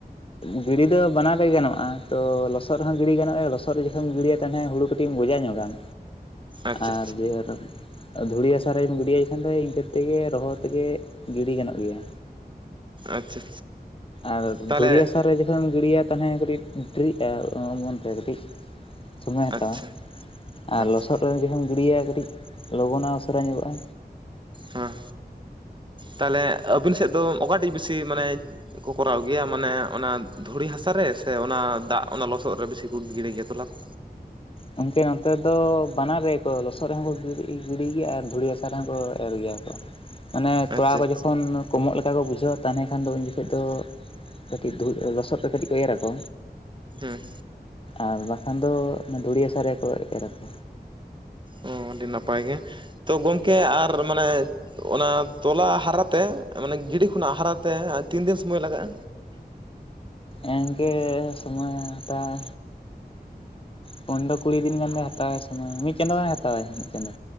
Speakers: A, on the left; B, on the right.
A: ᱜᱤᱲᱤ ᱫᱚ ᱵᱟ ᱵᱟᱱᱟᱨ ᱨᱮᱜᱮ ᱜᱟᱱᱚᱜᱼᱟ, ᱛᱚ ᱞᱚᱥᱚᱫ ᱨᱮᱦᱚᱸ ᱜᱤᱲᱤ ᱜᱟᱱᱚᱜᱼᱟ ᱞᱚᱥᱚᱫ ᱨᱮ ᱡᱚᱠᱷᱚᱢ ᱮᱢ ᱜᱤᱲᱤᱭᱟ, ᱛᱟᱦᱞᱮ ᱦᱩᱲᱩ ᱠᱟᱴᱤᱡ ᱮᱢ ᱜᱚᱡᱟ ᱧᱚᱜᱟᱢ᱾
B: ᱟᱪᱪᱷᱟ
A: ᱟᱨ ᱤᱭᱟᱹ ᱨᱮᱫ ᱟ ᱫᱷᱩᱲᱤ ᱦᱟᱥᱟᱨ ᱨᱮᱢ ᱜᱤᱰᱤᱭᱟᱭ ᱠᱷᱟᱱ ᱫᱚ, ᱤᱱᱠᱟᱹ ᱛᱮᱜᱮ ᱨᱚᱦᱚᱲ ᱛᱮᱜᱮ ᱜᱤᱰᱤ ᱜᱟᱱᱚᱜ ᱜᱮᱭᱟ᱾
B: ᱟᱪᱪᱷᱟ ᱟᱪᱪᱷᱟ
A: ᱟᱨ
B: ᱛᱟᱦᱚᱞᱮ
A: ᱫᱷᱩᱲᱤ ᱦᱟᱥᱟ -ᱛᱟᱨ ᱨᱮ ᱡᱚᱠᱷᱚᱱᱮᱢ ᱜᱤᱲᱤᱭᱟ ᱛᱟᱦᱮ, ᱠᱟᱹᱴᱤᱡ ᱫᱮᱨᱤᱜᱼᱟ ᱚᱢᱚᱱ ᱛᱮ ᱠᱟᱹᱴᱤᱡ᱾ ᱥᱚᱢᱚᱭᱮ ᱦᱟᱛᱟᱣᱟ,
B: ᱟᱪᱪᱷᱟ
A: ᱟᱨ
B: ᱟᱪᱪᱷᱟ
A: ᱞᱚᱥᱚᱫ ᱨᱮ ᱡᱩᱫᱤᱢ ᱜᱤᱰᱤᱭᱟ ᱠᱟᱹᱴᱤᱡ, ᱞᱚᱜᱚᱱᱚᱜᱮ ᱩᱥᱟᱹᱨᱟ ᱧᱚᱜᱚᱜᱼᱟ᱾
B: ᱦᱮᱸ, ᱛᱟᱦᱞᱮ ᱟᱹᱵᱤᱱ ᱥᱮᱫ ᱫᱚ ᱚᱠᱟᱴᱤᱡ ᱵᱮᱥᱤ ᱢᱟᱱᱮ ᱠᱚ ᱠᱚᱨᱟᱣ ᱜᱮᱭᱟ, ᱢᱟᱱᱮ ᱚᱱᱟ ᱫᱷᱩᱲᱤ ᱦᱟᱥᱟᱨᱮ ᱥᱮ ᱚᱱᱟ ᱫᱟᱜ ᱚᱱᱟ ᱞᱚᱥᱚᱫ ᱨᱮ ᱵᱮᱥᱤ ᱠᱚ ᱜᱤᱲ ᱜᱮᱭᱟ ᱛᱚᱞᱟ ᱠᱚ?
A: ᱜᱚᱝᱠᱮ ᱱᱚᱛᱮ ᱫᱚ ᱵᱟᱱᱟᱨ ᱨᱮ ᱠᱚ ᱞᱚᱥᱚᱫ ᱨᱮᱦᱚᱸ ᱠᱚ ᱜᱤᱰᱤ ᱜᱮᱭᱟ, ᱟᱨ ᱫᱷᱩᱲᱤ ᱦᱟᱥᱟ ᱨᱮᱦᱚᱸ ᱠᱚ ᱮᱨ ᱜᱮᱭᱟ ᱠᱚ᱾ ᱢᱟᱱᱮ ᱛᱚᱞᱟ
B: ᱟᱪᱪᱷᱟ
A: ᱠᱚ
B: ᱟᱪᱪᱷᱟ
A: ᱡᱚᱠᱷᱚᱱ ᱠᱚᱢᱚᱜ ᱞᱮᱠᱟ ᱠᱚ ᱵᱩᱡᱷᱟᱹᱣᱟ ᱛᱟᱦᱚᱞᱮ ᱠᱷᱟᱱ ᱫᱚ ᱩᱱ ᱡᱚᱠᱷᱚᱱ ᱫᱚ ᱠᱟᱹᱴᱤᱡ ᱫᱷᱩ ᱞᱚᱥᱚᱫ ᱨᱮ ᱠᱟᱹᱴᱤᱡ ᱠᱚ ᱮᱨᱟ ᱟᱠᱚ᱾
B: ᱦᱚᱸ,
A: ᱟᱨ ᱵᱟᱠᱷᱟᱱ ᱫᱚ ᱫᱷᱩᱲᱤ ᱦᱟᱥᱟ ᱨᱮᱜᱮᱠᱚ ᱮᱨᱟ ᱠᱚ᱾
B: ᱚ ᱟᱹᱰᱤ ᱱᱟᱯᱟᱭ ᱜᱮ, ᱛᱚ ᱜᱚᱢᱠᱮ ᱟᱨ ᱢᱟᱱᱮ ᱚᱱᱟ ᱛᱚᱞᱟ ᱦᱟᱨᱟᱛᱮ, ᱢᱟᱱᱮ ᱜᱤᱰᱤ ᱠᱷᱚᱱᱟᱜ ᱦᱟᱨᱟᱛᱮ ᱛᱤᱱᱫᱤᱱ ᱥᱚᱢᱚᱭ ᱞᱟᱜᱟᱜᱼᱟ?
A: ᱮᱤᱱᱠᱮ ᱥᱚᱢᱚᱭ ᱦᱟᱛᱟᱣ ᱯᱚᱱᱨᱚ ᱠᱩᱲᱤ ᱫᱤᱱ ᱜᱟᱱ ᱫᱚ ᱦᱟᱛᱟᱣᱟᱭ ᱥᱚᱢᱚᱭ, ᱢᱤᱫ ᱪᱟᱸᱫᱳᱭ ᱦᱟᱛᱟᱣᱟᱭ ᱢᱤᱫ ᱪᱟᱸᱫᱳ᱾